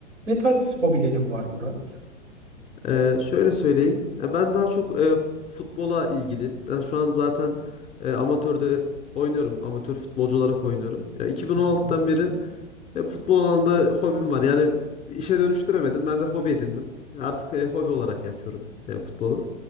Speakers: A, on the right; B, on the left.
A: Ne tarz hobilerin var Murat?
B: Ee, şöyle söyleyeyim. Ya Ben daha çok e, futbola ilgiliyim. Ben şu an zaten e, amatörde oynuyorum. Amatör futbolcu olarak oynuyorum. Ya 2016'dan
A: Hı hı.
B: beri e, futbol alanında hobim var. Yani işe dönüştüremedim. Ben de hobi edindim. Artık e, hobi olarak yapıyorum e, futbolu.